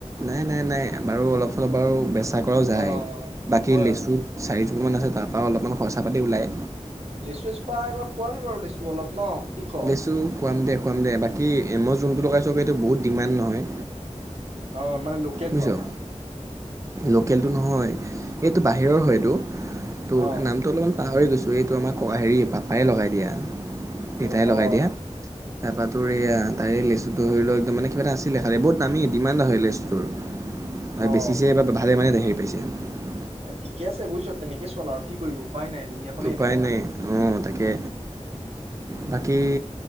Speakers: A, on the right (about 25°); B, on the right (about 60°).
A: নাই নাই নাই বাৰু অলপ চলপ বাৰু বেচা কৰাও যায়
B: অ হয়
A: বাকী
B: হয়
A: লেচু চাৰি কিছুমান আছে তাৰপৰা অলপমান খৰচা পাতি ওলায়
B: লেচু, লেচুৰপা খোৱাবি বাৰু লেচু অলপ ন কি ক
A: লেচু খুৱাম দে খুৱাম দে বাকী মই যোনটো লগাই চ এইটো বহুত ডিমাণ্ড নহয়
B: অ মানে লোকেল
A: বুজিছ
B: টো আমাৰ
A: লোকেলটো নহয় এইটো বাহিৰৰ হয়টো তোৰ
B: অ
A: নামটো অলপমান পাহৰি গৈছ চ' এইটো আমাৰ হেৰি পাপাই লগাই দিয়া দেউতাই
B: অ
A: লগাই
B: অ
A: দিয়া তাৰপাতো এয়া তাৰে লেচুটো ধৰিও একদম মানে কিবা এটা আছিলে খালেই বহুত দামী ডিমাণ্ড হয় লেচুটোৰ আৰু
B: অ
A: বেছ পিছে বা ভালে মানে দেখাই পাইছে তেম <inaudible>
B: এ ঠিকে আছে বুজিছ তেনেকে চল আৰু কি কৰিব উপায় নাই দুুনীয়াখনে
A: উপায়
B: এনেকুৱা
A: নাই অ তাকে বাকী
B: উম